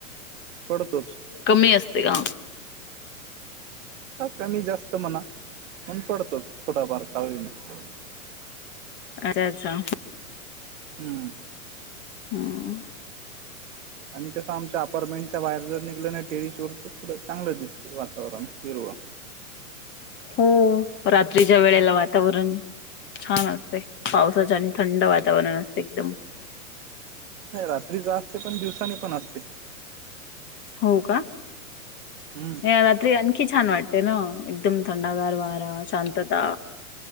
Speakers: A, on the right (about 60°); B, on the left (about 25°).
A: पडतोच
B: कमी असते का
A: हा कमी जास्त म्हणा मण पडतोच थोडाफार कालीना
B: अच्छा अच्छा
A: हम्म
B: हम्म
A: आणि कसं आमच्या अपारमेंट. बाहेर जर निघलं नाही टेरिस वर तर थोडं चांगलं दिसते वातावरण हिरवा
B: हो रात्रीच्या वेळेला वातावरण छान असतंय पावसाच्या आणि थंड वातावरण असतें एकदम
A: रात्री असते पण दिवसानी पण असते.
B: हो का
A: हम्म.
B: रात्री आणखी छान वाटते. ते ना एकदम थंडागार वाा शांतता.